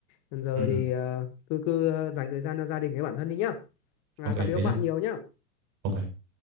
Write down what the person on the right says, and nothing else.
ừ, ừ.
ok
thế
nhá
ok